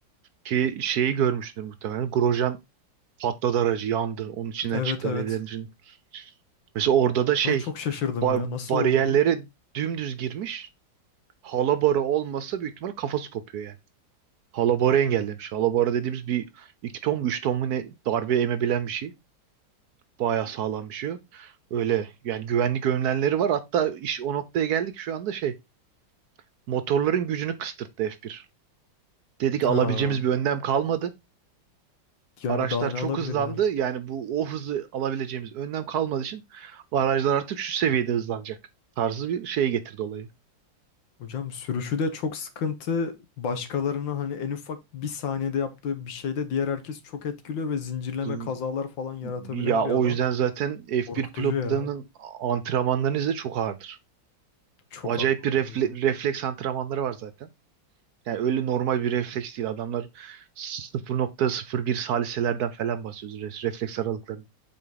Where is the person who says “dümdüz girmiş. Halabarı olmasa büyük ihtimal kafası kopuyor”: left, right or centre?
Right